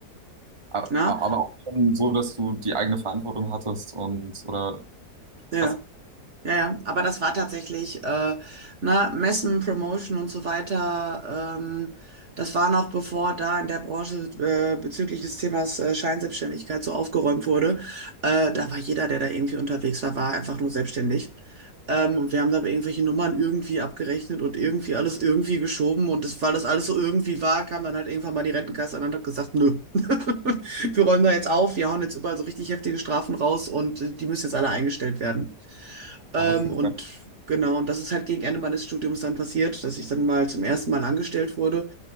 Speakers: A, on the right; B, on the right.
A: a-
B: Ne?
A: aber auch schon so, dass du die eigene Verantwortung hattest und, oder
B: Ja.
A: krass,
B: Ja, ja, aber das war tatsächlich, äh, na, Messen, Promotion und so weiter. Ähm, das war noch bevor da in der Branche äh, bezüglich des Themas äh, Scheinselbstständigkeit so aufgeräumt wurde. Äh, da war jeder, der da irgendwie unterwegs war, war einfach nur selbstständig. Ähm, und wir haben da irgendwelche Nummern irgendwie abgerechnet und irgendwie alles irgendwie geschoben. Und das, weil das alles so irgendwie war, kam dann halt irgendwann mal die Rentenkasse an und hat gesagt, nö, <laughs> wir räumen da jetzt auf, wir hauen jetzt überall so richtig heftige Strafen raus und äh, die müssen jetzt alle eingestellt werden. Ähm,
A: man wusste
B: und
A: es gar
B: genau, und das ist halt gegen Ende meines Studiums dann passiert, dass ich dann mal zum ersten Mal angestellt wurde.